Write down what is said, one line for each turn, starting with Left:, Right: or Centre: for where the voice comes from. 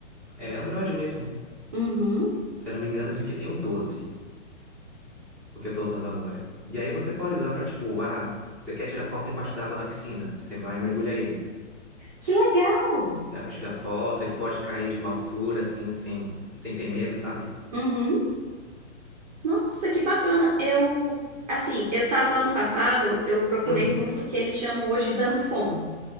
Centre: É Android mesmo.
Right: Uhum.
Centre: Se eu não me engano, esse aqui tem o 12, o que eu tô usando agora. E aí você pode usar pra, tipo, ah, você quer tirar foto embaixo d'água na piscina? Você vai mergulhar ele.
Right: Que legal!
Centre: E dá pra tirar foto, ele pode cair de uma altura, assim, sem, sem ter medo, sabe?
Right: Uhum. Nossa, que bacana. Eu, assim, eu tava ano passado, eu procurei
Centre: Hum,
Right: muito o que eles chamam hoje de dumb phone,